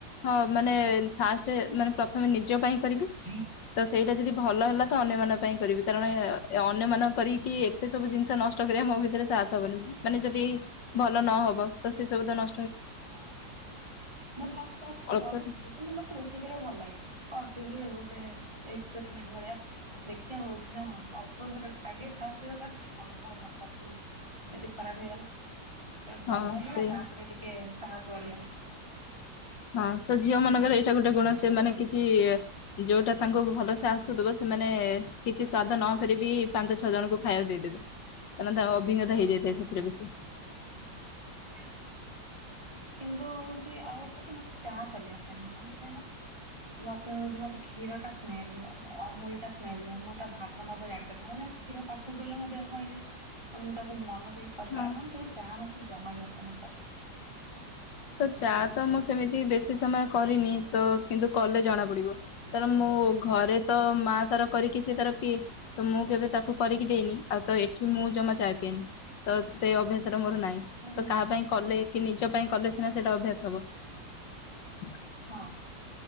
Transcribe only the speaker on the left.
ହଁ ମାନେ ଫାଷ୍ଟ ମାନେ ପ୍ରଥମେ ନିଜ ପାଇଁ କରିବି
ତ ସେଇଟା ଯଦି ଭଲ ହେଲା ତ ଅନ୍ୟମାନଙ୍କ ପାଇଁ କରିବି। କାରଣ ଅନ୍ୟମାନ କରିକି ସେ ସବୁ ଜିନିଷ ନଷ୍ଟ କରିବା ମୋ ଭିତରେ ସାହସ ହବନି। ମାନେ ଯଦି ଭଲ ନହବ ତ ସେ ସବୁ ତ ନ
ଅଳ୍ପ
ହଁ
ସେଇଆ
ହଁ ତ ଝିଅ ମାନଙ୍କର ଏଇଟା ଗୋଟେ ଗୁଣ ସେମାନେ କିଛି ଯୋଉଟା ତାଙ୍କୁ ଭଲସେ ଆସୁଥିବ ସେମାନେ କିଛି ସ୍ଵାଦ ନକରିକି ବି ପାଞ୍ଚ ଛଅ ଜଣଙ୍କୁ ଖାଇବାକୁ ଦେଇଦେବେ। ତା ମାନେ ତା ଅଭିଜ୍ଞତା
ହେଇଯାଇଥାଏ ସେଥିରେ ବେଶି।
ହଁ
ତ ଚା ତ ମୁଁ ସେମିତି ବେଶୀ ସମୟ କରିନି ତ କିନ୍ତୁ କଲେ ଜଣା ପଡିବ। ତାପରେ ମୁଁ ଘରେ ତ ମା ତାର କରିକି ସେ ତାର ପିଏ। ତ ମୁଁ କେବେ ତାକୁ କରିକି ଦେଇନି ଆଉ ତ ଏଠି ମୁଁ ଜମା ଚାହା ପିଏନି। ତ ସେ ଅଭ୍ୟାସର ମୋର ନାହିଁ
ତ
କାହା
ପାଇଁ କଲେ କି ନିଜ ପାଇଁ କଲେ ସିନା ସେଟା ଅଭ୍ୟାସ ହବ।